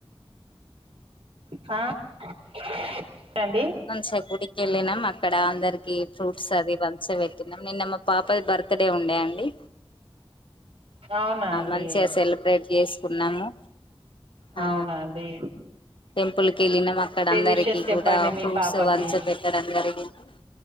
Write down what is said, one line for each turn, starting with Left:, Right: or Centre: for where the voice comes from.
Right: ఆ అండి
Left: మంచిగా గుడికెళ్ళినం అక్ అక్కడ అందరికి ఫ్రూట్స్ అది మంచిగా పెట్టినాము నిన్న మా పాప బర్త్ డే ఉండే అండి
Right: అవునా అండి
Left: మంచిగా ఆ సెలబ్రేట్ చేసుకున్నాము ఆ
Right: అవునండి
Left: టెంపుల్ కెళ్ళినం అక్కడ అందరికి
Right: విషెస్ చెప్పండి
Left: కూడా
Right: మీ
Left: ఫ్రూట్స్
Right: పాపకి
Left: పంచిపెట్టడం జరిగింది